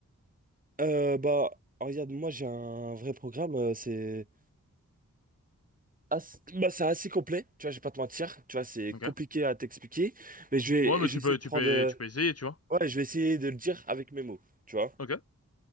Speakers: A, on the right; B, on the left.
A: euh, bah regarde, moi j'ai un vrai programme, euh, c'est As- bah, c'est assez complet, tu vois, je vais pas te mentir, tu vois, c'est
B: Ok.
A: compliqué à t'expliquer, mais je vais,
B: Ouais, mais
A: je
B: tu
A: vais essayer
B: peux,
A: de prendre,
B: tu peux,
A: euh,
B: tu peux essayer, tu vois.
A: ouais, je vais essayer de le dire avec mes mots, tu vois.
B: Ok.